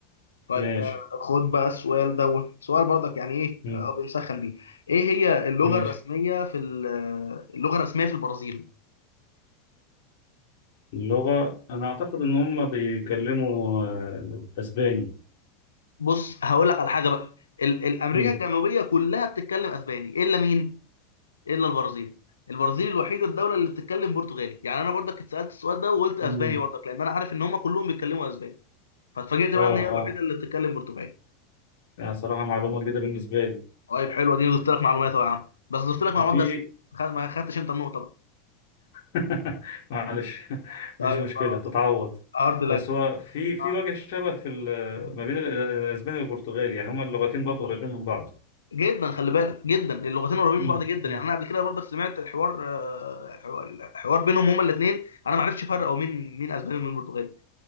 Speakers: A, on the left; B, on the left.
A: طيب
B: ماشي
A: آه، خد بقى السؤال دوت سؤال برضك يعني ايه
B: مم.
A: آه، بنسخن بيه ايه هي اللغه
B: ماشي
A: الرسميه في ال- اللغه الرسميه في البرازيل
B: اللغة أنا أعتقد إن هم بيتكلموا آه، أسباني
A: بص هقول لك على حاجه بقى ال- الامريكا
B: مم.
A: الجنوبيه كلها بتتكلم اسباني الا مين الا البرازيل البرازيل الوحيده الدوله اللي بتتكلم برتغالي يعني انا برضك اتسالت السؤال ده وقلت اسباني
B: مم.
A: برضك لان انا عارف ان هم كلهم بيتكلموا اسباني فاتفاجئت
B: آه
A: بقى ان هي الوحيده
B: آه
A: اللي بتتكلم برتغالي
B: يعني صراحة معلومة جديدة بالنسبة لي
A: طيب حلوه دي ضفت لك معلومات يا عم بس ضفت لك
B: وفي
A: معلومات بس خد- ما خدتش انت النقطه بقى
B: <laughs> معلش
A: طيب
B: مفيش مشكلة
A: خلاص
B: تتعوض
A: هارد لك
B: بس هو في في
A: آه.
B: وجه شبه في ال- ما بين ال- الاسباني والبرتغالي يعني هما اللغتين برضو قريبين من بعض
A: جدا خلي بالك جدا اللغتين قريبين
B: مم،
A: من بعض جدا
B: مم،
A: يعني انا قبل كده برضك سمعت حوار آه، حوار حوار بينهم هما الاثنين انا ما عرفتش افرق هو مين مين اسباني ومين برتغالي